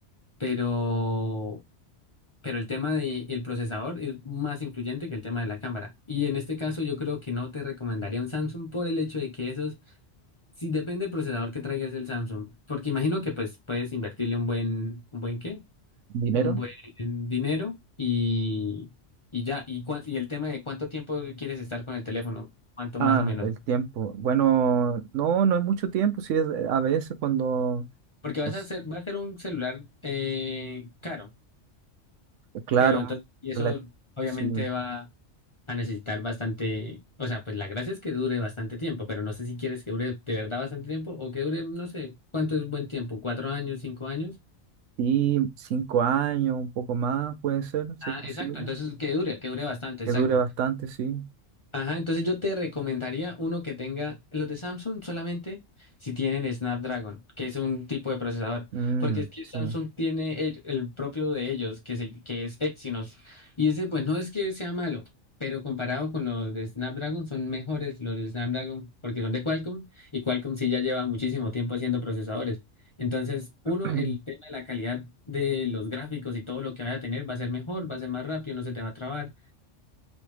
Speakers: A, on the left; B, on the right.
A: pero, pero el tema del procesador es más influyente que el tema de la cámara. Y en este caso yo creo que no te recomendaría un Samsung por el hecho de que esos, si depende del procesador que traigas el Samsung, porque imagino que pues puedes invertirle un buen, un buen qué,
B: ¿Dinero?
A: un buen dinero y, y ya, y, cua- y el tema de cuánto tiempo quieres estar con el teléfono, cuánto más
B: Ah,
A: o menos.
B: el tiempo. Bueno, no, no es mucho tiempo, sí, es, a veces cuando,
A: Porque vas
B: no sé,
A: a hacer, va a ser un celular eh, caro,
B: claro,
A: pero entonces, y eso
B: rela-
A: obviamente
B: sí,
A: va a necesitar bastante, o sea, pues la gracia es que dure bastante tiempo, pero no sé si quieres que dure de verdad bastante tiempo o que dure, no sé, ¿cuánto es buen tiempo? ¿Cuatro años, cinco años?
B: sí, cinco años, un poco más puede ser, si
A: Ah,
B: es posible,
A: exacto, entonces que dure, que dure bastante,
B: que
A: exacto.
B: dure bastante, sí.
A: Ajá, entonces yo te recomendaría uno que tenga los de Samsung solamente si tienen Snapdragon, que es un tipo de procesador,
B: Mm,
A: porque es que
B: sí,
A: Samsung tiene el, el propio de ellos, que, se- que es Exynos, y ese pues no es que sea malo, pero comparado con los de Snapdragon son mejores los de Snapdragon porque son de Qualcomm y Qualcomm sí ya lleva muchísimo tiempo haciendo procesadores. Entonces, uno,
B: <clears throat>
A: el tema de la calidad de los gráficos y todo lo que vaya a tener va a ser mejor, va a ser más rápido, no se te va a trabar.